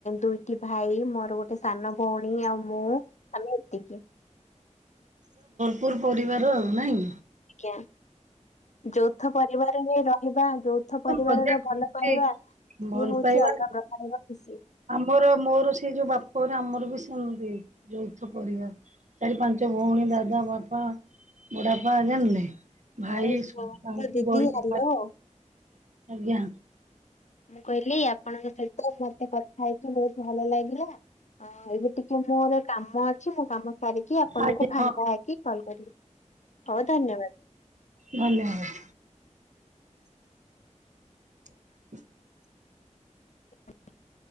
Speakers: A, on the left; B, on the right.
A: ଦୁଇଟି ଭାଇ ମୋର ଗୋଟେ ସାନ ଭଉଣୀ ଆଉ ମୁଁ ଆମେ ଏତିକି।
B: ପୁର୍ ପରିବାର ଆଉ ନାଇଁ।
A: ଆଜ୍ଞା। ଯୌଥ ପରିବାରରେ ରହିବା ଯୌଥ ପରିବାର
B: ମଜା
A: ର
B: ଖୁସି
A: ଭଲ ପାଇବା। ସିଏ
B: ଭଲ
A: ହଉଛି
B: ପାଇବା,
A: ଅଲଗା ପ୍ରକାରର ଖୁସି।
B: ଆମର ମୋର ସେଇ ଯୋଉ ବାପଘରେ ଆମର ନ୍ତି ଯୌଥ ପରିବାର ଚାରି ପାଞ୍ଚ ଭଉଣୀ ଦାଦା ବାପା। ବଢାପା ଜାଣିଲେ ଭାଇ
A: ହଉ ଶୁଣ ଦିଦି
B: ଗଲେ
A: ହ୍ୟାଲୋ।
B: ଆଜ୍ଞା।
A: ମୁଁ କହିଲି ଆପଣଙ୍କ ସହିତ ମତେ କଥା ହେଇଛକି ବହୁତ ଭଲ ଲାଗିଲା। ଏବେ ଟିକେ ମୋର କାମ ଅଛି ମୁଁ କାମ ସାରିକି ଆପଣଙ୍କୁ
B: ଆଜ୍ଞା
A: ଭାଙ୍ଗା
B: ହଁ
A: ହେଈକି କଲ୍ କରିବି। ହଉ ଧନ୍ୟବାଦ।
B: ଧନ୍ୟବାଦ। <inaudible>
A: ହ।